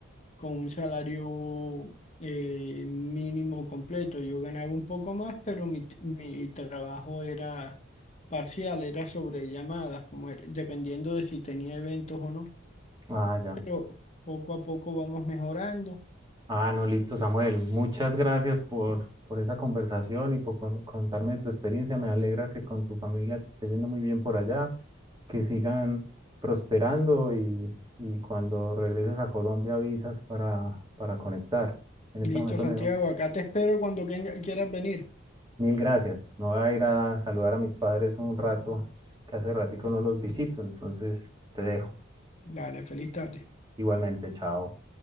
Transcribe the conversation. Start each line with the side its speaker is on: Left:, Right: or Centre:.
Left: con un salario eh, mínimo completo. Yo ganaba un poco más, pero mi, mi trabajo era parcial, era sobre llamadas, como era- dependiendo de si tenía eventos o no.
Right: Ah, ya.
Left: Yo, poco a poco vamos mejorando.
Right: Ah, no, listo, Samuel. Muchas gracias por, por esa conversación y por con- contarme de tu experiencia. Me alegra que con tu familia te esté yendo muy bien por allá, que sigan prosperando y, y cuando regreses a Colombia avisas para, para conectar. En
Left: Listo,
Right: este momento
Left: Santiago,
Right: me,
Left: acá te espero cuando quenga- quieras venir.
Right: Mil gracias. Me voy a ir a saludar a mis padres un rato, que hace ratico no los visito, entonces te dejo.
Left: Dale, feliz tarde.
Right: Igualmente, chao.